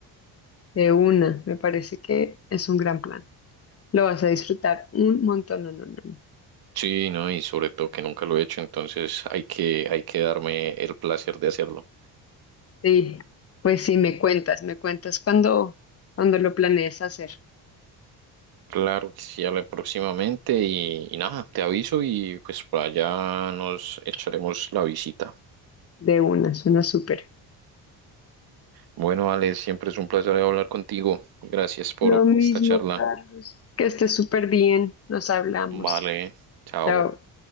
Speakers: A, on the left; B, on the right.
A: De una, me parece que es un gran plan. Lo vas a disfrutar un montón, no, no, no. no.
B: Sí, no, y sobre todo que nunca lo he hecho, entonces hay que, hay que darme el placer de hacerlo.
A: Sí, pues sí, me cuentas, me cuentas cuando, cuando lo planees hacer
B: Claro que sí, habla próximamente y, y nada, te aviso y pues para allá nos echaremos la visita.
A: de una, suena súper.
B: Bueno, Ale, siempre es un placer hablar contigo. Gracias por
A: Lo mismo,
B: esta charla.
A: Carlos. Que estés súper bien, nos hablamos.
B: Vale, chao.
A: Chao.